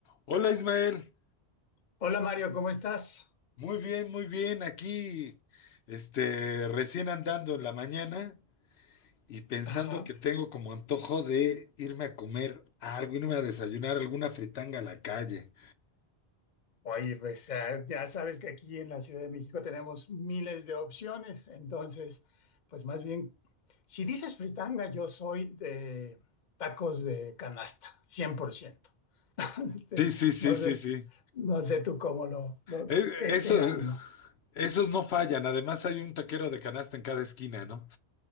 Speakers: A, on the left; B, on the left.
A: Hola Ismael,
B: Hola Mario, ¿cómo estás?
A: muy bien, muy bien. Aquí, este, recién andando en la mañana y pensando
B: Ajá.
A: que tengo como antojo de irme a comer algo, irme a desayunar alguna fritanga a la calle.
B: Oye, pues ah, ya sabes que aquí en la Ciudad de México tenemos miles de opciones, entonces, pues más bien, si dices fritanga, yo soy de tacos de canasta, 100%. <laughs> Este,
A: Sí, sí, sí,
B: no
A: sí,
B: sé,
A: sí.
B: no sé tú cómo lo, lo-
A: E-
B: qué,
A: eso,
B: qué ánimo.
A: esos no fallan. Además hay un taquero de canasta en cada esquina, ¿no?